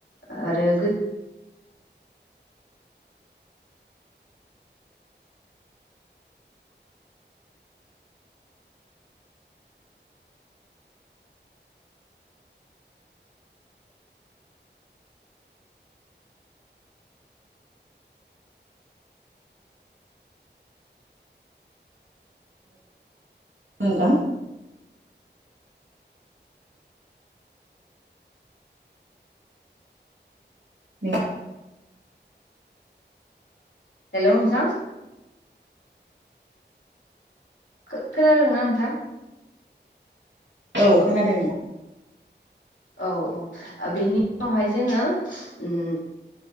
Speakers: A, on the left; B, on the right.
A: आरो गं
B: औ नोंथां ए
A: हेल' नोंथां खो खोनादों ना नोंथां?
B: औ खोनादों नोंथां।
A: औ औ ओ बेनि उनावहाय जोङो उम